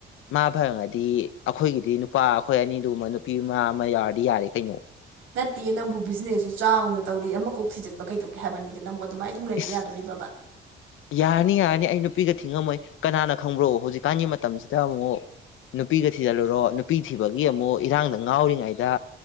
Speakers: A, on the left; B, on the right.
A: ꯃꯥ ꯐꯪꯉꯗꯤ ꯑꯩꯈꯣꯏꯒꯤꯗꯤ ꯅꯨꯄꯥ ꯑꯩꯈꯣꯏ ꯑꯅꯤꯗꯨꯨꯝꯕ ꯅꯨꯄꯤ ꯑꯃ ꯑꯃ ꯌꯥꯎꯔꯗꯤ ꯌꯥꯔꯦ ꯀꯩꯅꯣ
B: ꯅꯠꯇꯦ ꯅꯪꯕꯨ ꯕꯤꯖꯤꯅꯦꯁꯁꯨ ꯆꯥꯎꯅ ꯇꯧꯔꯤ ꯑꯃ ꯀꯣꯛ ꯊꯤꯖꯤꯟꯕ ꯀꯩꯗꯧꯒꯦ ꯍꯥꯏꯕꯅꯤꯗ ꯅꯪꯕꯨ ꯑꯗꯨꯃꯥꯏꯅ ꯑꯗꯨꯝ ꯂꯩꯕ
A: ꯏ
B: ꯌꯥꯗꯣꯔꯤꯕꯕꯥ
A: ꯌꯥꯔꯅꯤ ꯌꯥꯔꯅꯤ ꯑꯩ ꯅꯨꯄꯤꯒ ꯊꯤꯡꯉꯝꯃꯣꯏ ꯀꯅꯥꯅ ꯈꯪꯕ꯭ꯔꯣ ꯍꯧꯖꯤꯛꯀꯥꯟꯒꯤ ꯃꯇꯝꯁꯤꯗ ꯗ ꯑꯃꯨꯛ ꯅꯨꯄꯤꯒ ꯊꯤꯖꯤꯜꯂꯨꯔꯣ ꯅꯨꯄꯤ ꯊꯤꯕꯒꯤ ꯑꯃꯨꯛ ꯏꯔꯥꯡꯅ ꯉꯥꯎꯔꯤꯉꯩꯗ